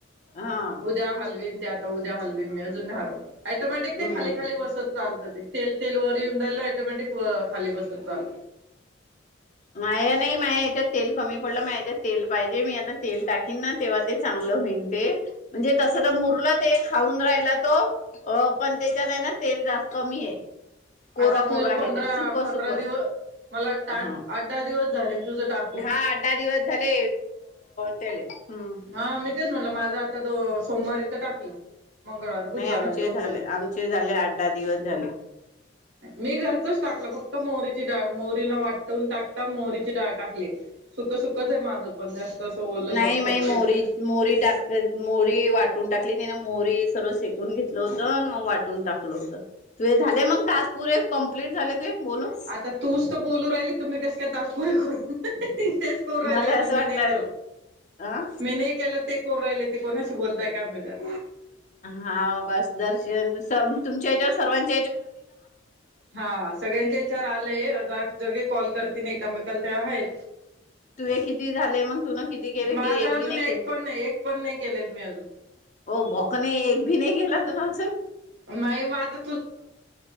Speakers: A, on the left; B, on the right.
A: हा
B: उद्या हलवीन त्यात उद्या हल अज टोमॅटिक
A: हम्म
B: खाली खाली बसत चालत तेल तेल ऑटोमॅटिक खाली बसत जातंय
A: माया नाही माया ह्याच्यात तेल कमी पडलं माझ्याच्यात तेल माहिती मी आता तेल टाकन ना तेव्हा ते चांगलं होईल ते म्हणजे तस ते मुरलं खऊ राला तो पण त्याच्यात ना तेल जास्त कमी आहे कोरं
B: आता
A: कोरं
B: तू
A: आहे
B: पंधरा
A: ते सुक
B: पंधरा
A: सुक
B: दिवस मला
A: हा
B: आठ दहा दिवस झाले तुझं टाकून.
A: हा अठ दहा दिवस झाले त्याले हम्म
B: हा मी तेच म्हणल माझा आता त सोमवारी तर टाकलं मंगळवार बुधवार
A: नाही आमचे
B: दोन
A: झाले
B: दिवस.
A: आमचे झाले आठ दहा दिवस झाले
B: मी घरतोच टाकलं फक्त मोहरी ची डाळ मोहरी न वाटवून टाक ता मोहरीची डाळ टाकली सुकं सुकंच आहे माझं पण जास्त असं ओलं लपतप
A: नाही माई मोहरी
B: केलंच नाही.
A: वाटुन टाकली टाकली तिने मोहरी सर्व शेकून घेतलं होतं मग वाटून टाकलं होतं तुझे झाले मग टास्क पुरे कंप्लीट झाले तुझे बोलून
B: आता तूच तर बोलू राहिली तुम्ही कस काय त पुरे कर तेच कोर राहिले
A: मला
B: अजून
A: असं
B: मी
A: वाटलं
B: नाही केले
A: अ
B: मी नाही केलं ते कोर राहिले ते कोणाशी बोलताय का आमदार
A: हागस दर्शन स तुमच्याच्यावर सर्वांच
B: हा सगळ्यांचा विचार आलेय जग कॉल करते तिकामेकाल ते आहेत
A: तुझे किती झाले मग तुन किती केले की
B: माझा अजून
A: बी नाही
B: एक
A: केलं
B: पण नाही एक पण नाही केलेल मी अजून
A: एक बोखने एक पण नाही केला तुने
B: नाही मग आता